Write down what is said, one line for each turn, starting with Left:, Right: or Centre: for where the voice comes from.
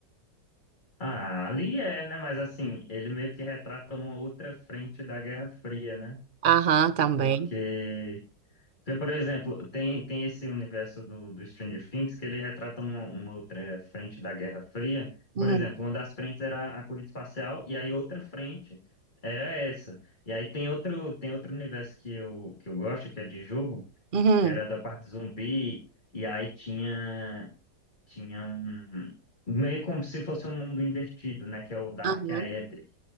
Left: Ah, ali é, né? Mas assim, ele meio que retrata uma outra frente da Guerra Fria, né?
Right: Aham, também.
Left: Porque Tem, por exemplo, tem, tem esse universo do, do Stranger Things que ele retrata uma, uma outra frente da Guerra Fria.
Right: Uhum.
Left: Por exemplo, uma das frentes era a corrida espacial e aí outra frente era essa. E aí tem outro, tem outro universo que eu, que eu gosto, que é de jogo,
Right: Uhum.
Left: que era da parte zumbi, e aí tinha, tinha um... Meio como se fosse um mundo invertido, né? Que é o Dark
Right: Aham.
Left: Aether